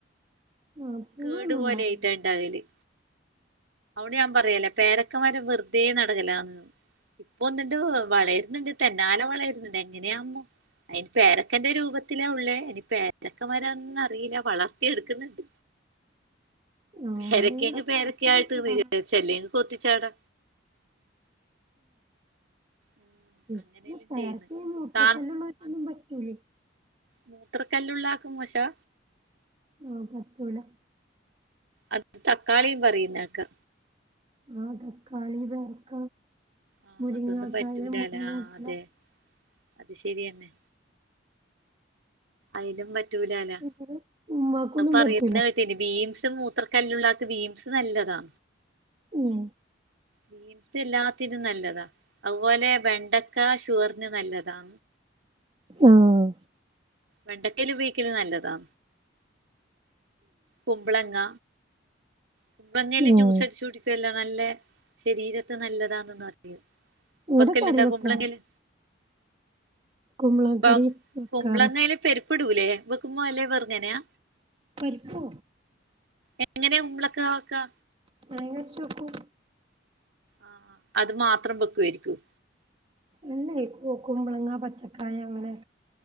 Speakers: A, on the right (about 30°); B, on the right (about 75°).
A: ആഹ് പുഴുന്നുണ്ടാവും
B: കേട്പോലെയ്റ്റാ ണ്ടാവല് ഞാപറയല്ലേ പേരക്കമരം വെറ്തെ നടകലാന്ന് ഇപ്പൊ ഒന്ന്ണ്ട് വളര്ന്ന്ണ്ട് തെന്നാല വളര്ന്ന്ണ്ട് എങ്ങനെയാമോ അയ്ന് പേരക്കന്റെ രൂപത്തിലാ ഉള്ളേ എനി പേരക്കമരന്നറീല്ല വളർത്തി എട്ക്ക്ന്ന്ണ്ട്
A: ആഹ്
B: പേരക്യങ്ങ്പേരക്യായിട്ട്
A: ഇവിടെ പുഴുക്കളൊന്നുണ്ടാവും
B: വരുഅല്ലേ തീർച്ചല്ലേ അല്ലങ്കി കൊത്തിച്ചാടാ ഉം
A: ഇപ്പം
B: അങ്ങനെയെല്ലാം
A: പേരയ്ക്കീ
B: ചെയ്യുന്ന്
A: മൂത്രക്കല്ലുള്ളോര്
B: കാ
A: ക്കൊന്നും പറ്റൂലേ
B: മൂത്ര കല്ലുള്ളാൾക്ക് മോശാ
A: ആഹ് പറ്റൂല
B: അത് തക്കാളിം പറയുന്നേക്കാ
A: ആഹ് തക്കാളി പേരക്ക
B: ആഹ്
A: മുരിങ്ങാക്കായ
B: അതൊന്നും പറ്റൂലലാ
A: മുരിങ്ങ
B: ആഹ് അതെ
A: ഇല
B: അത് ശരിയന്നെ അയ്ലും വ റ്റൂലലാ
A: ഇവര് ഉമ്മാക്കൊന്നും
B: അഅ് പറയുന്ന
A: പറ്റൂല
B: കേ പിന്നെ ബീൻസ് മൂത്ര കല്ലുള്ളാക്ക് ബീൻസ് നല്ലതാ
A: ഉം
B: ബീൻസ് എല്ലാത്തിനും നല്ലതാ അഅ്പോലെ വെണ്ടക്ക ഷുഗർന് നല്ലതാ
A: ആഹ്
B: വെണ്ടക്കേല് ബേക്കല് നല്ലതാ കുബ്ലങ്ങ കുബ്ലങ്ങേല്
A: ആഹ്
B: ജ്യൂസട്ച്ച് കുടിക്കുല്ലോ നല്ലെ ശരീരത്ത് നല്ലതാന്നൊന്ന് അറിയു
A: ഇവിടെ
B: ബക്കല്ല്ന്താ
A: കറി വെക്കാറ
B: കുമ്പളങ്ങേല്
A: കുമ്പളങ്ങ
B: ബാക്
A: കറി വെക്കാറ
B: കുമ്പളങ്ങേല് പരിപ്പ്ടൂലേ വെക്ക്മ്പോ അല്ലേ വെറ് തെനെയാ
A: പരിപ്പോ
B: എങ്ങനെ കുബ്ലക്കവെക്കാ
A: തേങ്ങര്ച്ച് വെക്കും
B: ആഹ് അത് മാത്രം വെക്യാരിക്കും
A: ഇല്ലയ് കുമ്പ്ലങ്ങ പച്ചക്കായ അങ്ങനെ